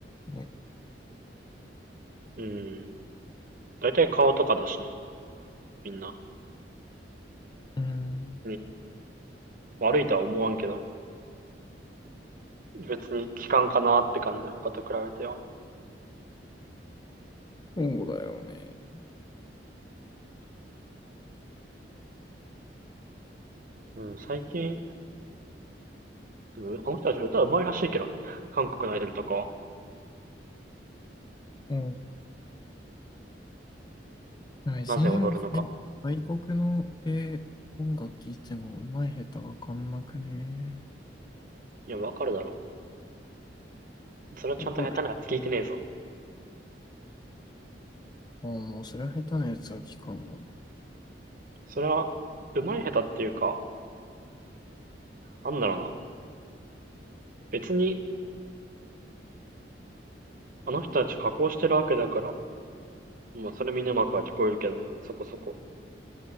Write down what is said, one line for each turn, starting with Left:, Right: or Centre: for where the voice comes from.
Left: ね。
Right: うーん。だいたい顔とかだしね、みんな。
Left: うん。
Right: に悪いとは思わんけど、別に聞かんかなって感じで、他と比べては。
Left: そうだよね。
Right: うん、最近、あの人たち歌うまいらしいけどね。韓国のアイドルとかは、
Left: うん。でも別になんかね外国の、
Right: なぜ踊るのか。
Left: え音楽聴いても上手い下手わかんなくね。
Right: いや、わかるだろ。それはちゃんと下手なやつ聞いてねえぞ。
Left: わかる。ああ、もうそれは下手なやつは聞かんわな。
Right: それは、うまい下手っていうか、なんだろうな。別に、あの人たち加工してるわけだから、まあ、それみんなうまくは聞こえるけど、そこそこ。